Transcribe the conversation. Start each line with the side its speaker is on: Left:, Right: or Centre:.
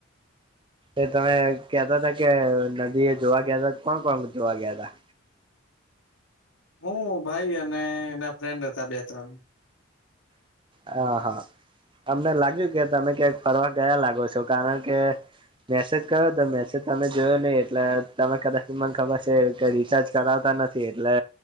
Right: એ તમે કેતા હતા કે નદી એ જોવા ગયા તા કોણ કોણ જોવા ગયા તા?
Left: હું ભાઈ અને એના ફ્રેન્ડ હતા બે ત્રણ.
Right: હા હા અમને લાગ્યું કે તમે ક્યાંક ફરવા ગયા લાગો છો કારણ કે મેસેજ કર્યો તો મેસેજ તમે જોયો નહી એટલે તમે કદાચ મને ખબર છે કે રિચાર્જ કરાવતા નથ એટલે